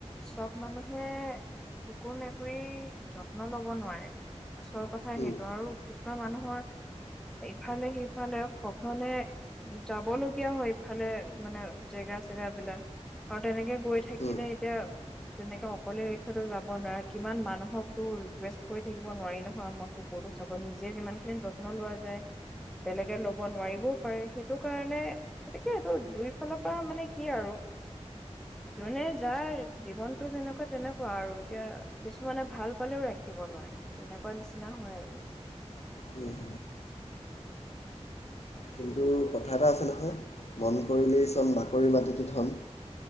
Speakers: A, in the centre; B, on the left.
A: চব মানুহে কুকুৰ মেকুৰী যত্ন লব নোৱাৰে আচল কথা
B: হুম
A: সেইটো আৰু কিছুমান মানুহৰ ইফালে সিফালে সঘনে যাব লগীয়া হয়। ফালে মানে জেগা চেগা বিলাক আৰু তেনেকে গৈ থাকিলে
B: হুম
A: এতিয়া তেনেকে অকলে‌ এৰি থৈতো যাব নোৱাৰে কিমান মানুহকো ৰিকুৱেষ্ট কৰি থাকিব নোৱাৰি নহয় আমাৰ কুকুৰ'তো চাব নিজে যিমানখিনি যত্ন লোৱা যায় বেলেগে ল'ব নোৱাৰিবও পাৰে সেইটো কাৰণে গতিকে এইটো দুই ফালৰ পৰা মানে কি আৰু জোনে যাৰ জীৱনটো যেনেকুৱা তেনেকুৱা আৰু এতিয়া কিছুমানে ভাল পালেও ৰাখিব নোৱাৰে তেনেকুৱা নিচিনা হয় আৰু
B: উম কিন্তু কথা এটা আছে নহয় মন কৰিলেই চন বাকৰি মাটিটেই ধণ